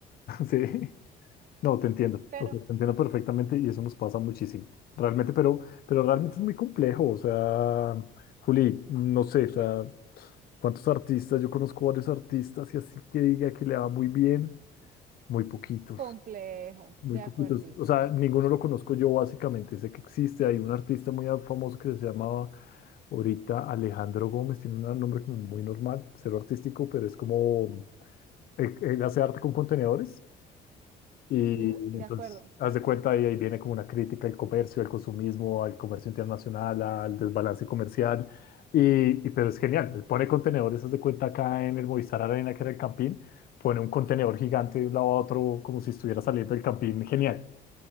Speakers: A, on the left (about 60°); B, on the right (about 55°).
A: Sí. No, te entiendo,
B: pero
A: o sea, te entiendo perfectamente y eso nos pasa muchísimo, realmente, pero, pero realmente es muy complejo, o sea, Juli, no sé, o sea, ¿cuántos artistas? Yo conozco varios artistas y así que diga que le va muy bien, muy poquitos,
B: complejo,
A: muy
B: de
A: poquitos,
B: acuerdísimo.
A: o sea, ninguno lo conozco yo básicamente, sé que existe, hay un artista muy famoso que se llamaba ahorita Alejandro Gómez, tiene un nombre como muy normal, cero artístico, pero es como, él él hace arte con contenedores. Y
B: Ujú, de
A: entonces,
B: acuerdo.
A: haz de cuenta, ahí, ahí viene como una crítica al comercio, al consumismo, al comercio internacional, al desbalance comercial. Y, y- pero es genial, él pone contenedores, haz de cuenta, acá en el Movistar Arena, que era el Campín, pone un contenedor gigante de un lado a otro, como si estuviera saliendo del Campín, genial.